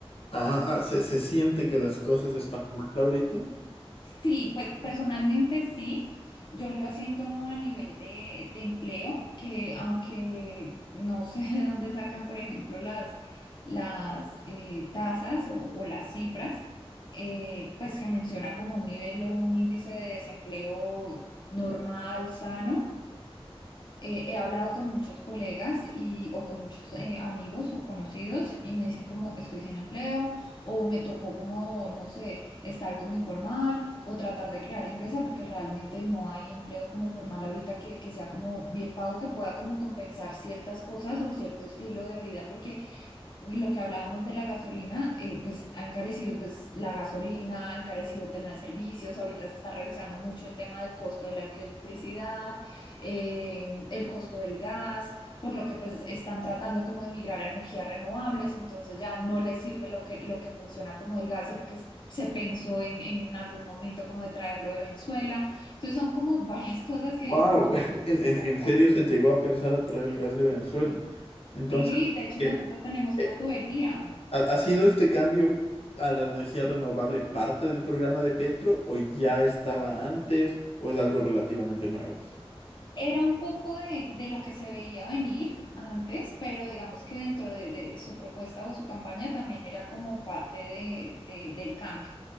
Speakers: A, on the left; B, on the left.
A: Ah, ah, se, se siente que las cosas están mal ahorita.
B: Sí, pues personalmente sí. Yo lo siento a nivel de, de empleo, que aunque no sé <laughs> de dónde sacan, por ejemplo, las, las eh, tasas o, o las cifras, eh, pues que menciona como un nivel o un índice de desempleo normal, sano eh, he hablado con muchos colegas y, o con muchos eh, amigos o conocidos y me dicen como estoy sin empleo o me tocó como, no sé, estar como informal o tratar de crear empresa porque realmente no hay empleo como formal ahorita que, que sea como bien pago, que pueda como compensar ciertas cosas o cierto estilo de vida porque lo que hablábamos de la gasolina, eh, pues ha encarecido pues la gasolina, ha encarecido el tema de servicios, ahorita se está revisando mucho el tema del costo de la electricidad, eh, el costo del gas, por lo que pues están tratando como de migrar a energías renovables, entonces ya no les sirve lo que, lo que funciona como el gas, sino que es- se pensó en, en algún momento como de traerlo de Venezuela. Entonces son como <laughs> varias cosas que
A: Wow,
B: digo como... de-
A: <laughs>
B: de-
A: en, en- en serio
B: de-
A: se llegó a pensar a traer el gas de Venezuela. Entonces,
B: Sí, de hecho
A: ¿qué?
B: nosotros tenemos
A: Eh,
B: una tubería.
A: ¿Ha, ha sido este cambio a la energía renovable parte del programa de Petro o ya estaba antes o es algo relativamente nuevo?
B: Era un poco de, de lo que se veía venir antes, pero digamos que dentro de, de su propuesta o su campaña también era como parte de, de- del cambio.